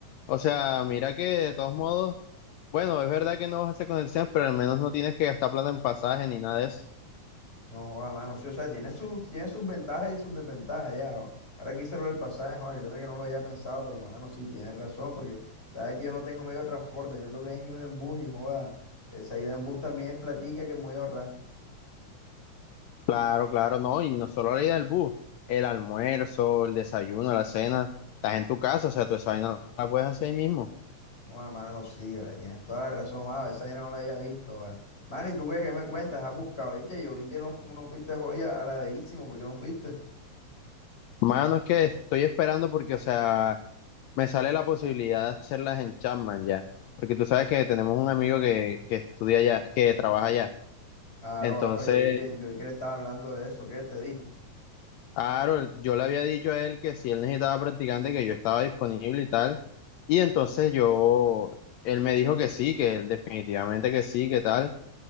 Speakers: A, on the left; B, on the left.
A: o sea, mira que de todos modos... Bueno, es verdad que no vas a hacer conexiones, pero al menos no tienes que gastar plata en pasaje ni nada de eso.
B: No, joda, mano, sí, o sea, tiene sus, tiene sus ventajas y sus desventajas ya. o- Ahora que hice lo del pasaje, joda, créeme que no lo había pensado, pero mano, sí, tienes razón, porque sabes que yo no tengo medio de transporte, y me toca irme en bus y joda, esa ida en bus también es platica que me voy a ahorrar.
A: Claro, claro, no, y no solo la ida del bus, el almuerzo, el desayuno, la cena, estás en tu casa, o sea, tú esa vaina la puedes hacer ahí mismo.
B: No, joda, mano, sí, vale, tienes toda la razón, joda, esa vaina no la había visto, vale. Mano, ¿y tú qué, qué me cuentas? ¿Has buscado? Eche, yo vi que no, no fuiste joya a la de Ísimo, ¿por qué no fuiste?
A: Mano, es que estoy esperando porque, o sea, me sale la posibilidad de hacerlas en Chapman ya, porque tú sabes que tenemos un amigo que, que estudia allá, que trabaja allá,
B: Aro,
A: entonces
B: aro, yo vi que, yo vi que le estaba hablando de eso, ¿qué te dijo?
A: Claro, él- yo le había dicho a él que si él necesitaba practicante, que yo estaba disponible y tal. Y entonces yo, él me dijo que sí, que él definitivamente que sí, que tal.